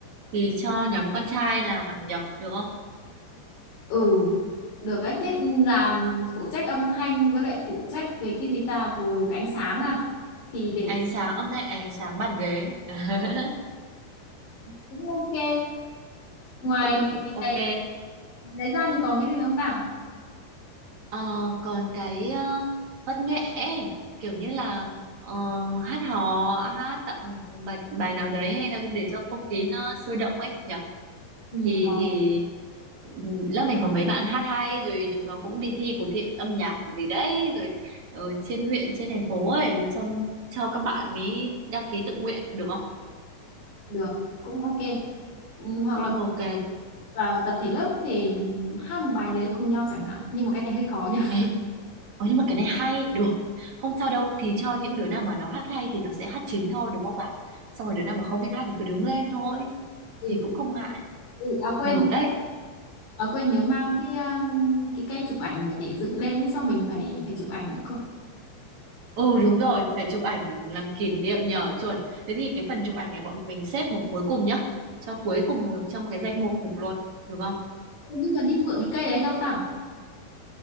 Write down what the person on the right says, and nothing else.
Thì cho nhóm con trai làm nhở, được không?
Ánh sáng, âm thanh ánh sáng bàn ghế. <laughs>
Cũng
ok.
Ờ, còn cái ờ, văn nghệ ấy, kiểu như là ờ, hát hò hát tặng bài bài nào đấy hay là để cho không khí nó sôi động ấy nhở
thì thì ừm, lớp mình có mấy bạn hát hay rồi chúng nó cũng đi thi cuộc thi âm nhạc rồi gì đấy rồi ở trên huyện trên thành phố ấy thì cho cho các bạn ấy đăng ký tự nguyện được không
cũng
ok
ấy Ờ nhưng mà cái này hay, được. Không sao đâu, thì cho những đứa nào mà nó hát hay thì nó sẽ hát chính thôi đúng không bà? Xong rồi đứa nào mà không biết hát thì cứ đứng lên thôi,
thì cũng không ngại.
Được đấy.
Ừ đúng rồi, phải chụp ảnh làm kỷ niệm nhờ chuẩn. Thế thì cái phần chụp ảnh này bọn mình xếp một cuối cùng nhá. Cho cuối cùng trong cái danh mục luôn, được không?